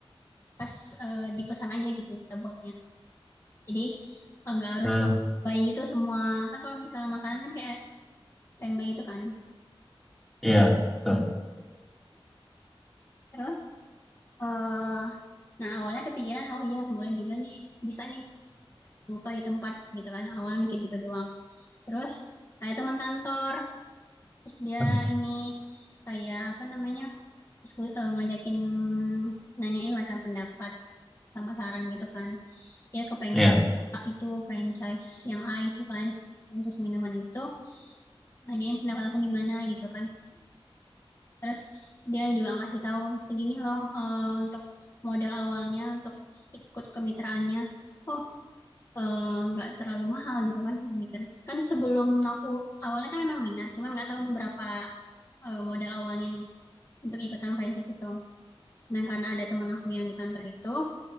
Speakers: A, on the left; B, in the centre.
A: eee, dipesan aja gitu kita buatnya. Jadi, eee, nggak harus
B: Hmm,
A: buy gitu semua. Kan kalau misalnya makanan kan kayak standby gitu kan.
B: Iya
A: Karena
B: betul.
A: Terus, eee, nah awalnya kepikiran, "Oh iya boleh juga nih, bisa nih buka di tempat," gitu kan, awalnya mikir gitu doang. Terus ada teman kantor, terus dia
B: <clears throat>
A: ini, kayak apa namanya, disku eee, ngajakin nanyain lah kan pendapat sama saran gitu kan. Dia kepengen
B: Iya.
A: buka itu franchise yang A itu kan, franchise minuman itu, nanyain pendapat aku gimana gitu kan. Terus dia juga ngasih tahu, "Segini loh, eee, untuk modal awalnya untuk ikut kemitraannya." Oh, eee, nggak uh, terlalu mahal gitu kan aku mikir. Kan sebelum aku awalnya kan emang minat, cuman nggak tahu nih berapa, eee, modal awalnya nih untuk ikutan franchise itu. Nah, karena ada teman aku yang di kantor itu,